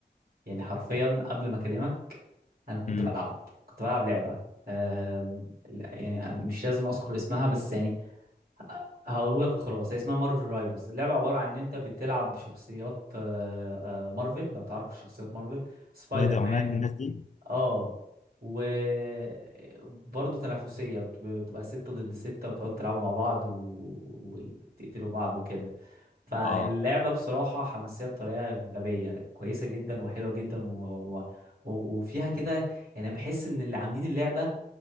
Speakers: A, on the right; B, on the left.
A: يعني حرفيا قبل ما اكلمك انا كنت
B: امم
A: بلعب كنت بلعب لعبة آم، لا، يعني آه، مش لازم اذكر اسمها بس يعني هقولك وخلاص هي اسمها مارفل رايفلز اللعبة عبارة عن ان انت بتلعب بشخصيات آه، آه، مارفل لو تعرف شخصيات مارفل سبايدر
B: سبايدر
A: مان
B: مان الناس دي
A: اه وبرضه تنافسية بت- بتبقى ستة ضد ستة وتقعدوا تلعبوا مع بعض و- وتقتلوا بعض وكده فاللعبة
B: اه
A: بصراحة حماسية بطريقة غبية كويسة جدا وحلوة جدا و... و... و- وفيها كده يعني بحس ان اللي عاملين اللعبة